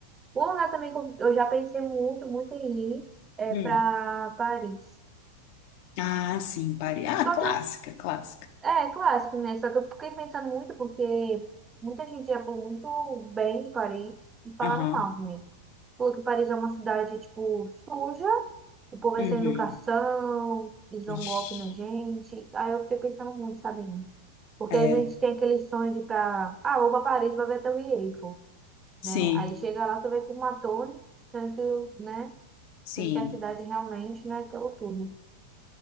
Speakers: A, on the right; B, on the left.
A: Um lugar também que eu eu já pensei muito, muito em ir é
B: Hum.
A: pra Paris.
B: Ah, sim, Paris. Ah,
A: Só
B: clássica,
A: que eu
B: clássica.
A: É, clássico, né? Só que eu fiquei pensando muito porque muita gente já falou muito bem de Paris e falaram
B: Aham.
A: mal também. Falou que Paris é uma cidade, tipo, suja, o povo é
B: Uhum.
A: sem educação, eles dão
B: Ixi.
A: golpe na gente. Aí eu fiquei pensando muito, sabe? Porque
B: É,
A: a gente tem aquele sonho de ir pra... Ah, vou pra Paris, vou ver até o Eiffel,
B: sim,
A: né? Aí chega lá, você vê que uma torre, tanto, né?
B: sim.
A: Sendo que a cidade realmente não é aquela torre.